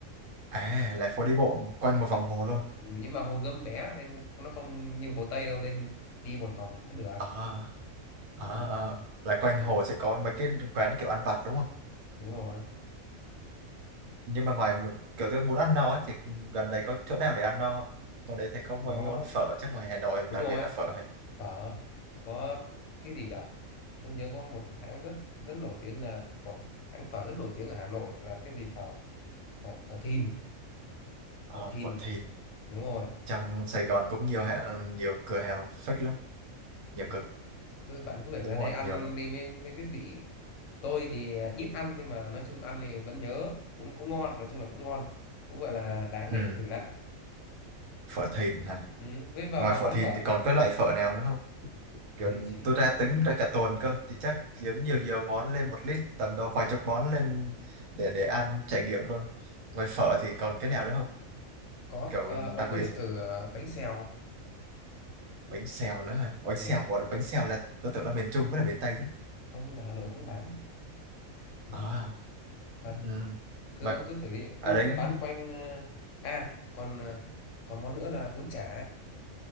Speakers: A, on the right; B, on the left.
A: À, là phố đi bộ quanh một vòng hồ luôn.
B: ừ, nhưng mà Hồ Gươm bé nên nó không như Hồ Tây đâu nên đi một vòng cũng được
A: Ờ, ờ,
B: ừ,
A: ờ, là quanh hồ sẽ có mấy cái quán kiểu ăn vặt đúng không?
B: đúng rồi
A: Nhưng mà ngoài kiểu tôi muốn ăn no ấy, thì gần đây có chỗ nào để ăn no không? Ở đấy thấy có mấy
B: có
A: món phở chắc ngoài Hà Nội
B: đúng
A: đặc
B: rồi
A: biệt là phở hay
B: phở có cái gì nhỉ tôi nhớ có một hãng rất rất nổi tiếng là có hãng phở rất nổi tiếng ở Hà Nội là cái gì phở phở, phở Thìn
A: ờ,
B: phở Thìn
A: phở Thìn
B: đúng rồi
A: trong Sài Gòn cũng nhiều hàng nhiều cửa hàng fake lắm nhiều
B: Nè,
A: cửa
B: cứ bạn cứ phải
A: đúng
B: ra đây
A: rồi
B: ăn
A: nhiều lắm
B: đi mới mới biết vị tôi thì à, ít ăn nhưng mà nói chung ăn thì vẫn nhớ cũng cũng ngon nói chung là cũng ngon cũng gọi là đáng
A: ừ.
B: để thử lại
A: phở thìn hả
B: ừ. với vào
A: ngoài
B: vào
A: phở
B: quán
A: thìn
B: phở
A: thì còn có loại phở nào nữa không kiểu
B: hình như chỉ
A: tôi ra tính ra cả tuần cơ thì chắc kiếm nhiều nhiều món lên một lít tầm đâu vài chục món lên để để ăn trải nghiệm luôn ngoài phở thì còn cái nào nữa không
B: có
A: kiểu
B: ờ, ông
A: đặc
B: có
A: biệt
B: thể thử ờ, bánh xèo
A: bánh xèo nữa hả bánh
B: ừ.
A: xèo ủa bánh xèo là tôi tưởng là miền Trung với là miền Tây chứ
B: không nhưng mà Hà Nội cũng bán ừ.
A: à
B: thật
A: ừ.
B: cứ
A: mà
B: ông cứ thử đi
A: ở
B: nó
A: đấy
B: cũng bán quanh ờ, à còn ờ, còn món nữa là bún chả